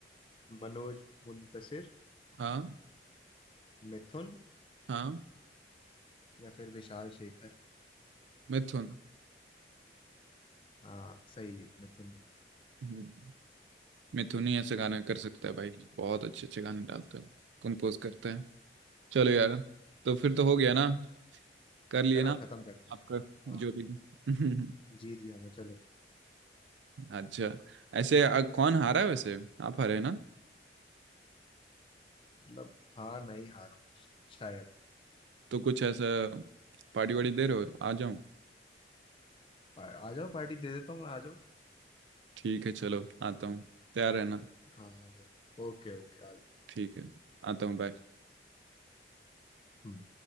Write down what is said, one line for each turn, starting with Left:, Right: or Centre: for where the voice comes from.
Left: मनोज मुंतशिर
Right: हाँ
Left: मिथुन
Right: हाँ
Left: या फिर विशाल शेखर
Right: मिथुन
Left: हाँ सही है मिथुन
Right: हम्म, मिथुन ही ऐसे गाने कर सकता है भाई बहुत अच्छे अच्छे गाने डालता है कंपोज करता है चलो यार तो फिर तो हो गया ना कर लिए
Left: चलो
Right: ना
Left: खत्म करते हैं
Right: आपका
Left: हाँ
Right: जो भी <laughs>
Left: जीत गया मैं चलो
Right: अच्छा ऐसे अ, कौन हारा है वैसे आप हारे हैं ना
Left: मतलब हाँ मैं ही हारा हूँ शायद
Right: तो कुछ ऐसा पार्टी वार्टी दे रहे हो आ जाऊं
Left: आ आ जाओ पार्टी दे देता हूँ मैं आ जाओ
Right: ठीक है चलो आता हूँ तैयार रहना
Left: हाँ आ जाओ ओके ओके आ जाओ
Right: ठीक है आता हूँ बाय
Left: हम्म।